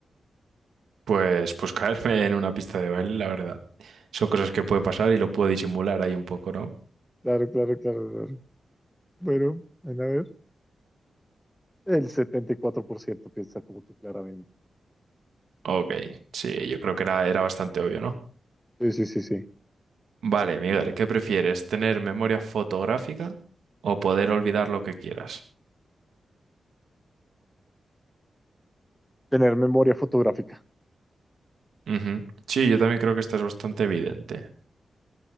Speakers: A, on the right; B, in the centre.
A: Pues, pues caerme en una pista de baile, la verdad. Son cosas que puede pasar y lo puedo disimular ahí un poco, ¿no?
B: Claro, claro, claro, claro. Bueno, ven a ver. El 74% piensa como tú, claramente.
A: Ok, sí, yo creo que era, era bastante obvio, ¿no?
B: Sí, sí, sí, sí.
A: Vale, Miguel, ¿qué prefieres? ¿Tener memoria fotográfica o poder olvidar lo que quieras?
B: Tener memoria fotográfica.
A: Ujú. Sí, yo también creo que esta es bastante evidente.